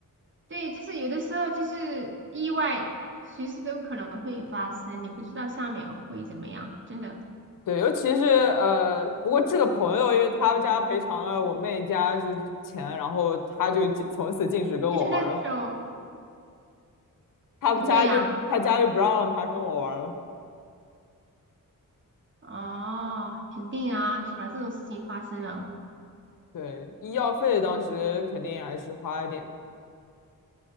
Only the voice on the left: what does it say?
对，尤其是呃，不过这个朋友因为他们家赔偿了我妹家就是钱，然后他就禁从此禁止跟我玩了。
他们家就他家就不让他跟我玩了。
对，医药费当时肯定还是花了点。